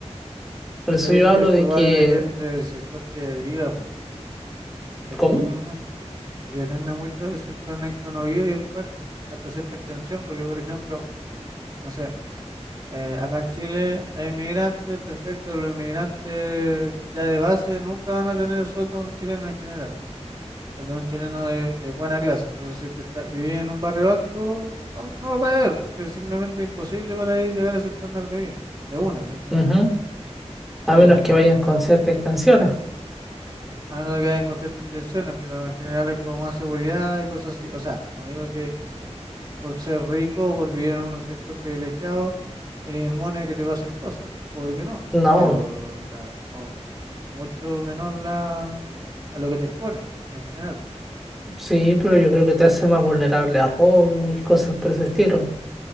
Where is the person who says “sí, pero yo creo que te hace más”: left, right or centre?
Centre